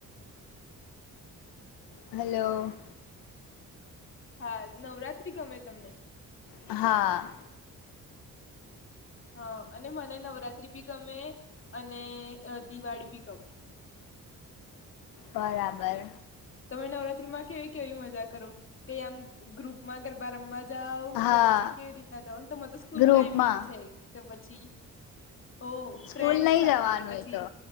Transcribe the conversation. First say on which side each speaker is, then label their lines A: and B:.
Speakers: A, on the left; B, on the left.
A: હલો
B: હા નવરાત્રી ગમે તમને
A: હા
B: હા અને મને નવરાત્રી ભી ગમે અને દિવાળી ભી ગમે
A: બરાબર
B: તમે નવરાત્રીમાં કેવી કેવી મજા કરો કે આમ ગ્રુપમાં ગરબા રમવા જાવ
A: હા
B: કે પછી કેવી રીતના જઓ તમારે તો સ્કૂલ
A: ગ્રુપમાં
B: ટાઈમિંગ છે. તો પછી ઓ
A: સ્કૂલ
B: ફ્રેન્ડ
A: નહી
B: સાથે
A: જવાનું
B: કે પછી
A: એ તો